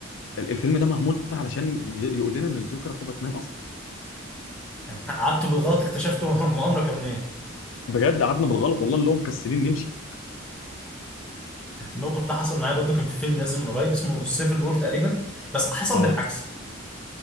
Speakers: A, on the left (about 75°); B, in the centre.
A: ال- الفيلم ده معمول علشان ي- يقول لنا ان الجوكر اخو باتمان اصلا
B: قعدت بالغلط اكتشفته مؤامره كونيه
A: بجد قعدنا بالغلط والله اللي هو مكسلين نمشي
B: الموقف ده حصل معايا برضو كان في فيلم نازل من قريب اسمه سيفل وور تقريبا بس حصل
A: اه
B: بالعكس